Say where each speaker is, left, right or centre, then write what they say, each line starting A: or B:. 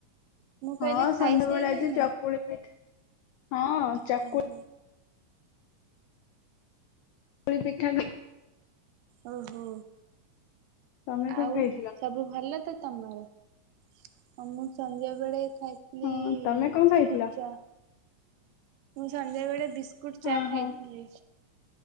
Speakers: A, on the right (about 85°); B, on the left (about 90°).
A: ମୁଁ
B: ହଁ
A: କହିଲି ଖାଇସାରିଲାଣି
B: ସଞବେଳେ ଆଜି ଚକୁଳି ପିଠା ହଁ। ଚକୁଳି
A: ହୁଁ ହୁଁ।
B: ପୁଳି ପିଠା <unintelligible>
A: ଓହୋ
B: ତମେ କଣ
A: ଆଉ।
B: ଖାଇଥିଲ?
A: ସବୁ ଭଲ ତ ତମର ଆଉ ମୁଁ ସନ୍ଧ୍ୟା ବେଳେ ଖାଇ ନେଇ
B: ହଁ ତମେ କଣ
A: ବିସ୍କୁଟ
B: ଖାଇଥିଲ?
A: ଚା। ମୁଁ ସନ୍ଧ୍ୟା ବେଳେ ବିସ୍କୁଟ ଚା
B: ଓହୋ
A: ଖାଇଥିଲି।